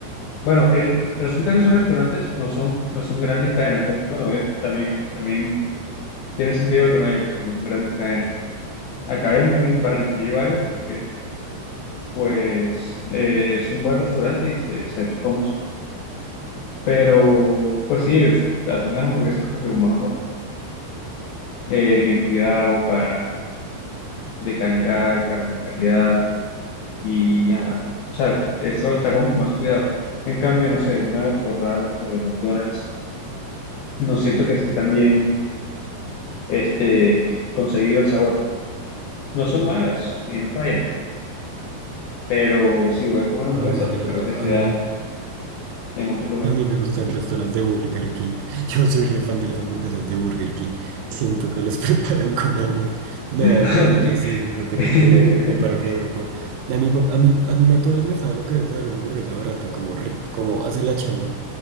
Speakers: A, on the left (about 80°); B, on the right (about 80°).
A: Bueno, es- resulta que esos restaurantes no son, no son grandes cadenas. pero Bueno, eh, también, también tiene sentido que no haya, porque no son grandes cadenas. Acá en, en Barranquilla hay varios porque, pues, eh, es un buen restaurante y se, se ha hecho famoso. Pero, pues sí, es- hacen las hamburguesas como que con más amor, eh, bien cuidado, pan de calidad, carne de calidad, y ajá, o sea, esto está como más cuidado. En cambio, no sé, una del Corral o de McDonald's, no siento que esté tan bien este, conseguido el sabor. No son malas y no fallan, pero si voy a comer hamburguesa,
B: ay,
A: prefiero
B: a,
A: que sea
B: a mí
A: en otro lugar.
B: A mí me gustan el resto las de Burger King. <laughs> Yo soy re fan de las hamburguesas de Burger King. Siento que las <laughs> preparan con amor. No,
A: <laughs>
B: yo,
A: A mí-
B: yo sí, en eso tengo
A: <laughs>
B: que... Me paro re duro por... A mí, a mí, a mí McDonald's me sabe lo que debe saber una hamburguesa barata, como, re- como hace la chamba.